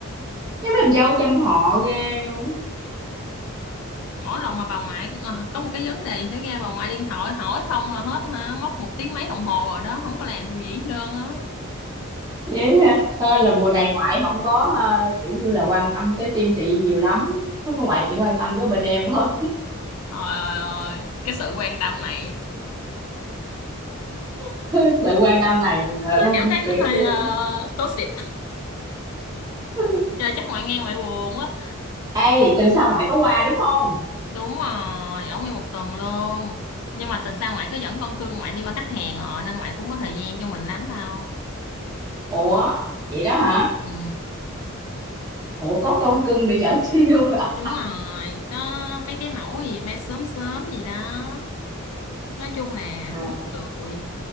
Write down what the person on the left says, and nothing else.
Mỗi lần mà bà ngoại ờ, có một cái vấn đề gì xảy ra bà ngoại điện thoại hỏi không là hết hả, mất một tiếng mấy đồng hồ rồi đó, không có làm được gì hết trơn á.
Trời ơi, cái sự quan tâm này
tôi cảm thấy nó
hơi
uh, toxic.
Giờ chắc ngoại nghe ngoại buồn quá.
Đúng rồi, ở nguyên một tuần luôn. Nhưng mà tuần sau ngoại có dẫn con cưng ngoại đi qua khách hàng rồi nên ngoại cũng có thời gian cho mình lắm đâu.
Ừ,
đúng rồi, có mấy cái mẫu gì may sớm sớm gì đó. Nói chung là
cũng mắc cười.